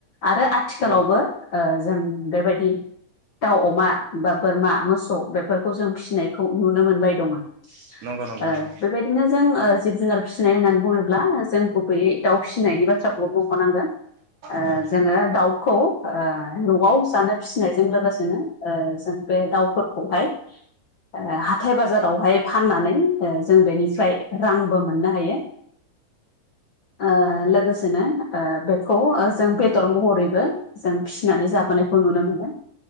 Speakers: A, on the left (about 50°); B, on the right (about 65°).
A: आरो आथिखालावबो
B: न
A: ओ जों बेबायदि दाउ अमा बा बोरमा मोसौ बेफोरखौ जों फिसिनायखौ नुनो मोनबाय दङो। ओ
B: नंगौ नंगौ नोंथां
A: बेबायदिनो जों जि जुनार फिसिनाय होननानै बुङोब्ला जों गुबैयै दाउ फिसिनायनि बाथ्राखौबो मुंख'नांगोन। ओ
B: न
A: जोङो दाउ खौ ओ न'आव जानो फिसिनायजों लोगोसेनो ओ जों बे दाउफोरखौहाय ओ हाथाय बाजारावहाय फाननानै ओ जों बेनिफ्राय रांबो मोननो हायो। ओ लोगोसेनो ओ बेखौ ओ जों बेदर महरैबो जों फिसिनानै जाबोनायखौ नुनो मोनदों।